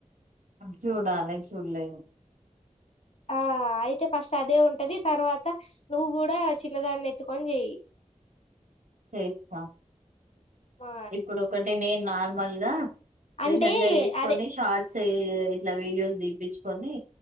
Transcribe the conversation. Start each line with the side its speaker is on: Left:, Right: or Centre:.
Right: చూడలే చూడలేను
Left: ఆ అయితే ఫస్ట్ అదే ఉంటది తర్వాత నువ్వు కూడా చిన్నదాన్ని కొంజెయ్
Right: చేస్తా
Left: మా
Right: ఇప్పుడు ఒకటి నేన్ నా మల్ గా
Left: అంటే
Right: లహంగా వేసుకొని
Left: అదే
Right: షార్ట్స్ ఇట్లా వీడియోస్ దిపిచుకొని